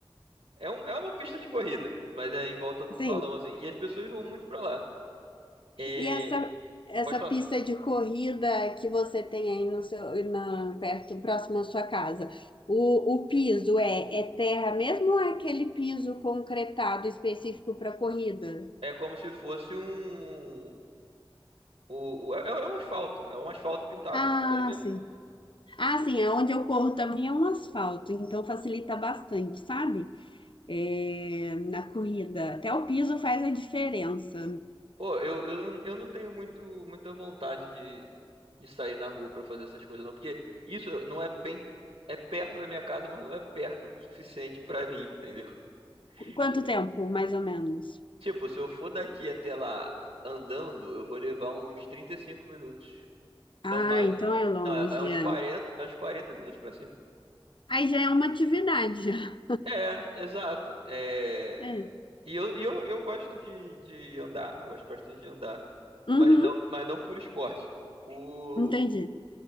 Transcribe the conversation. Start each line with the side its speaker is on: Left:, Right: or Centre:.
Right: É, um, é uma pista de corrida, mas é em volta do
Left: sim.
Right: valão, assim. E as pessoas vão muito pra lá. É,
Left: E essa, essa
Right: pode falar.
Left: pista de corrida que você tem aí no seu, na, perto, próximo à sua casa, o, o piso é, é terra mesmo ou é aquele piso concretado específico para corrida?
Right: É como se fosse um. O, o- é, é um asfalto. É um asfalto pintado
Left: Ah,
Right: de vermelho.
Left: sim. Ah, sim, Aonde eu corro também é um asfalto, então facilita bastante, sabe? É, na corrida. Até o piso faz a diferença.
Right: Pô, eu, eu, não- eu não tenho muito, muita vontade de, de sair na rua pra fazer essas coisas, não. Porque isso não é bem. É perto da minha casa, mas não é perto o suficiente pra mim, entendeu? <laughs>
Left: Qu- Quanto
Right: Tipo,
Left: tempo, mais ou menos?
Right: tipo, se eu for daqui até lá andando, eu vou levar uns 35 minutos.
Left: Ah,
Right: Não mais.
Left: então é longe.
Right: Não, é, é uns
Left: é.
Right: 40 é uns quarenta minutos pra cima.
Left: Aí já é uma atividade, já.
Right: É, exato. É,
Left: <laughs> É.
Right: e eu, e eu, eu gosto de, de andar, eu gosto bastante de andar,
Left: Uhum,
Right: mas não, mas não por esporte, por,
Left: entendi.